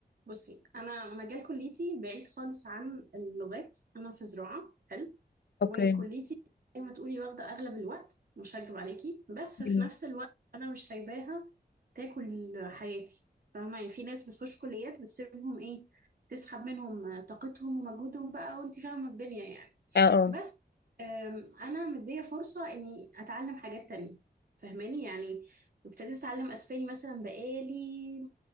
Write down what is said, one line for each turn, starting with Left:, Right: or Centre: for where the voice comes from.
Right: بصي انا مجال كليتي بعيد خالص عن اللغات انا في زراعه حلو
Left: اوكي
Right: وكليتي زي ما تقولي واخده اغلب الوقت مش هكدب عليكي بس في
Left: مم.
Right: نفس الوقت انا مش سايباها تاكل حياتي فاهمه يعني في ناس بتخش كليات بتسيبهم ايه تسحب منهم طاقتهم ومجهودهم بقى وانت فاهمه الدنيا يعني
Left: اه اه
Right: بس أم، انا مديه فرصه اني اتعلم حاجات تانية فاهماني يعني ابتديت اتعلم اسباني مثلا بقالي